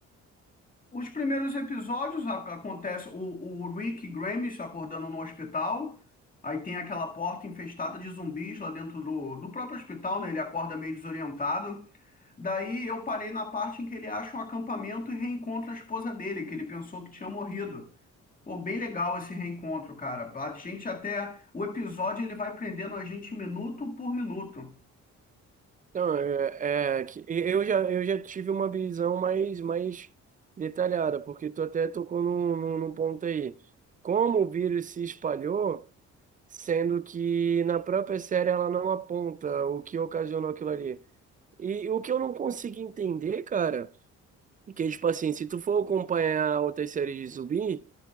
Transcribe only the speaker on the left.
Os primeiros episódios a- acontece o, o Rick Grimes acordando no hospital. Aí tem aquela porta infestada de zumbis lá dentro do, do próprio hospital, né? Ele acorda meio desorientado. Daí eu parei na parte em que ele acha um acampamento e reencontra a esposa dele, que ele pensou que tinha morrido. Pô, bem legal esse reencontro, cara. A gente até. O episódio ele vai prendendo a gente minuto por minuto.